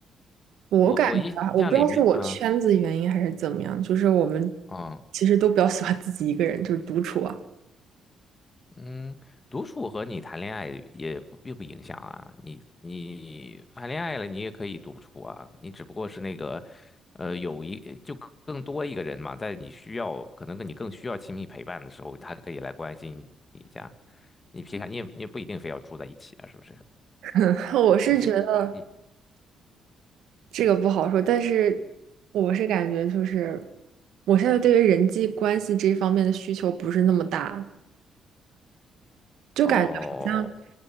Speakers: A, on the right (about 80°); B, on the left (about 25°).
A: 我感觉啊，
B: 我我印象里面啊，
A: 我不知道是我圈子原因还是怎么样，就是我们
B: 嗯，
A: 其实都比较喜欢自己一个人，就是独处啊。
B: 嗯，独处和你谈恋爱也不并不影响啊。你你谈恋爱了，你也可以独处啊。你只不过是那个，呃，有一就更更多一个人嘛，在你需要可能跟你更需要亲密陪伴的时候，他可以来关心你一下。你平常你也你也不一定非要住在一起啊，是不是？
A: <laughs> 我是觉得。
B: 你先你
A: 这个不好说，但是我是感觉就是，我现在对于人际关系这方面的需求不是那么大，就感觉好像，
B: 哦，